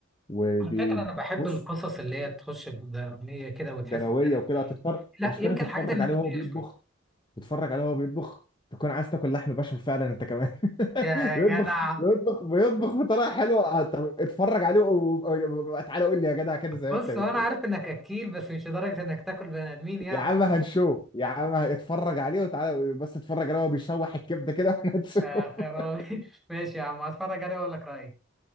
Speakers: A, on the left; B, in the centre.
A: وبيبص
B: على فكرة أنا بحب القصص اللي هي تخش في الدرامية كده وتحس
A: دمويه
B: إن أنا
A: وكده
B: إيه
A: هتتفرج
B: لا
A: المشكله
B: يمكن
A: هتتفرج
B: الحاجات النفسية
A: عليه وهو بيطبخ
B: شوية
A: بتتفرج عليه وهو بيطبخ تكون عايز تاكل لحم بشر فعلا انت كمان <laughs>
B: يا
A: بيطبخ
B: جدع
A: بيطبخ بيطبخ بطريقه حلوه آه، طب اتفرج عليه و- و- و- تعالى قول لي يا جدع كده زي
B: بص
A: ما انت بتقول
B: هو أنا عارف إنك أكيل بس مش لدرجة إنك تاكل بني آدمين يعني
A: يا عم هنشوف يا عم اتفرج عليه وتعالى بس اتفرج عليه وهو بيشوح الكبده كده واحنا هنشوف
B: آه خيراوي
A: <laughs>
B: <laughs> ماشي يا عم هتفرج عليه وأقول لك رأيي